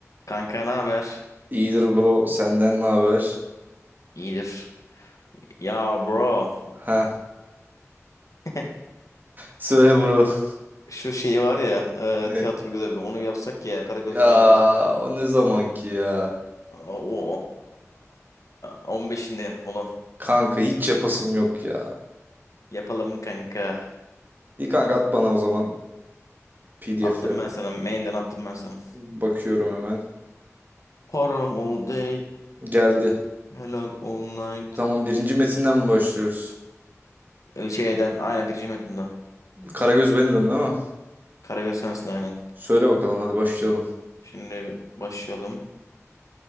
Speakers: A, on the left; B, on the right.
A: Kanka ne haber?
B: İyidir bro. Senden ne haber?
A: İyidir. Ya bro,
B: Ha,
A: <laughs>
B: söyle bro. <laughs>
A: şu şey var ya,
B: Ne?
A: e, tiyatro görevi onu yapsak ya Karagöz
B: Ya
A: Lacivati.
B: o ne zamanki ya?
A: Oo, 15'inde olan
B: Kanka hiç yapasım yok ya.
A: yapalım kanka.
B: İyi kanka at bana o zaman PDF'leri.
A: Attım ben sana, mailden attım ben sana.
B: Bakıyorum hemen.
A: Haram all day,
B: Geldi.
A: helal all night.
B: Tamam birinci metinden mi başlıyoruz?
A: El Şeyden, aynen birinci metinden.
B: Karagöz benimdim değil mi?
A: Karagöz sensin aynen.
B: Söyle bakalım hadi başlayalım.
A: Şimdi başlayalım.